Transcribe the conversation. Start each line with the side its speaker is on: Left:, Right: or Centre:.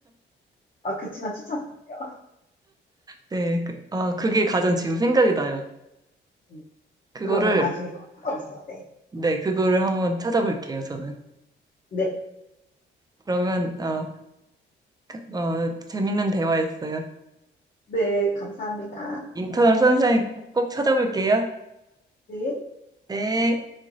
Left: 아, 그치만 추천할게요.
Right: 네. 그, 아, 그게 가장 지금 생각이 나요.
Left: 음,
Right: 그거를,
Left: 그러면 나중에 꼭 찾아보세요. 네.
Right: 네, 그거를 한번 찾아볼게요, 저는.
Left: 네.
Right: 그러면, 어, 그, 어, 재밌는 대화였어요.
Left: 네. 감사합니다.
Right: 인턴 선샤인 꼭 찾아볼게요.
Left: 네.
Right: 네.